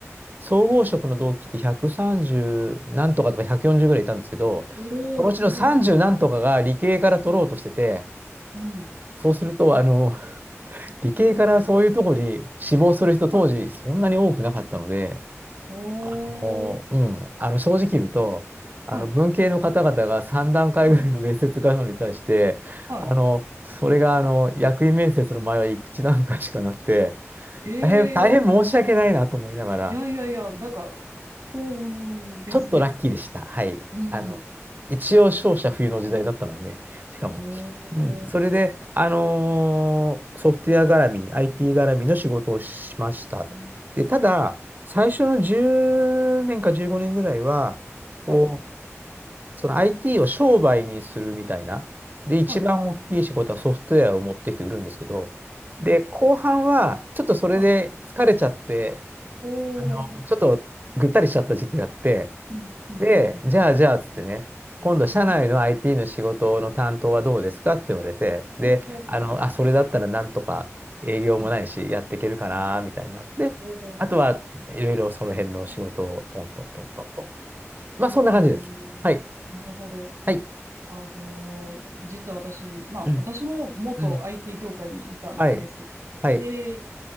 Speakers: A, on the right; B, on the right.
A: 総合職の同期って130何とかとか140ぐらいいたんですけど、
B: おー、
A: そのうちの30何とかが理系から取ろうとしてて、
B: すごいねうん、うん、
A: そうすると、あの、理系からそういうとこに志望する人当時そんなに多くなかったので、
B: はい。おー、
A: もう、うん、あの正直言うと、あの文系の方々が3段階ぐらいの面接があるのに対して、
B: はい、はい、はい。
A: あのそれがあの役員面接の前は1段階しかなくて、
B: えー、
A: 大変、大変申し訳ないなと思いながら、
B: いやいやいや、なんか、幸運ですね。
A: ちょっとラッキーでした。はい。
B: うん。
A: あの一応、勝者冬の時代だったのにね、しかも。
B: おー。
A: うん、それで、あのーソフトウェア絡み、IT 絡みの仕事をしました。
B: うん
A: で、ただ、最初の10年か15年ぐらいは、
B: はい、
A: こう、その IT を商売にするみたいな。で、一番大きい仕事はソフトウェアを持ってきて売るんですけど、
B: はい、うん。
A: で、後半はちょっとそれで疲れちゃって、
B: はい。おうほうほう。
A: あの、ちょっとぐったりしちゃった時期があって、
B: うん。うん。
A: で、
B: うん。うん
A: じゃあじゃあっつってね、今度社内の
B: はい。
A: IT の仕事の担当はどうですかって言われて、
B: おうほうほうほう。
A: で、あの、あ、それだったらなんとか営業もないし、
B: はい
A: やっていけるかな、
B: はい。
A: みたいになって、
B: おうほうほ
A: あとはいろいろその辺の仕事をトントントントンと。まあ、そんな感じです。
B: う。えーなるほど。
A: はい。はい。
B: あのー実は私、まあ、
A: うん
B: 私も元
A: うん。
B: IT 業界にいたんです。
A: はい。はい。
B: で、ち